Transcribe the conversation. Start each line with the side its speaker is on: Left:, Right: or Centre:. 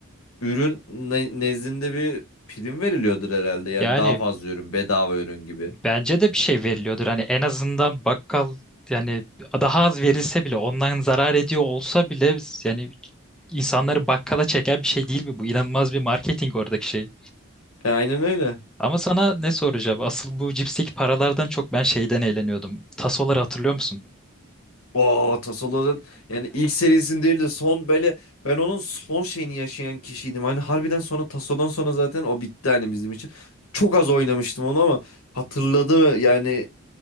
Left: ürün ne- nezdinde bir prim veriliyordur herhalde yani
Centre: Yani
Left: daha fazla ürün bedava ürün gibi.
Centre: bence de bir şey veriliyordur. Hani en azından bakkal yani daha az verilse bile ondan zarar ediyor olsa bile yani insanları bakkala çeken bir şey değil mi bu? İnanılmaz bir marketing oradaki şey.
Left: E, aynen öyle.
Centre: Ama sana ne soracağım? Asıl bu cipsteki paralardan çok ben şeyden eğleniyordum. Tasoları hatırlıyor musun?
Left: O Tasoların yani ilk serisinin değil de son böyle ben onun son şeyini yaşayan kişiydim. Hani harbiden sonra Taso'dan sonra zaten o bitti hani bizim için. Çok az oynamıştım onu ama hatırladı yani